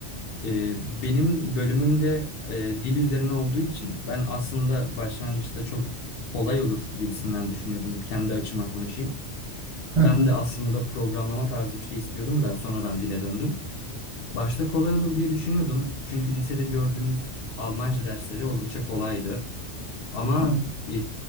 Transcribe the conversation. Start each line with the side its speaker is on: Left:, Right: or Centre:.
Left: Ee, benim bölümümde e, dil üzerine olduğu için ben aslında başlangıçta çok kolay olur gibisinden düşünüyordum. Kendi açıma konuşayım.
Right: Hı hı.
Left: Ben de aslında programlama tarzı bir şey istiyordum da sonradan dile döndüm. Başta kolay olur diye düşünüyordum. Çünkü lisede gördüğümüz Almanca dersleri oldukça kolaydı. Ama
Right: hı hı.
Left: e,